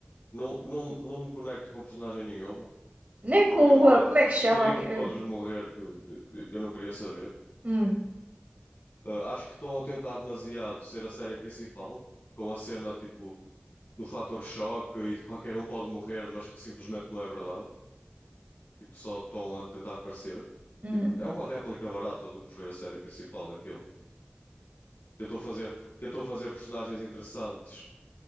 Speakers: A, on the left; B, on the right.
A: Não, não, não me conecto com personagem nenhuma.
B: nem com
A: Podiam,
B: o,
A: todo,
B: ah, como é que se chama?
A: podiam
B: aque-
A: todos
B: eh,
A: morrer, que eu não queria saber.
B: hum,
A: Uh, acho que estão a tentar demasiado ser a série principal, com a cena tipo do fator choque e de qualquer um pode morrer, mas que simplesmente não é verdade. Tipo, só estão a tentar parecer.
B: hum.
A: Tipo, é uma réplica barata do que foi a série principal, aquilo. Tentou fazer, tentou fazer personagens interessantes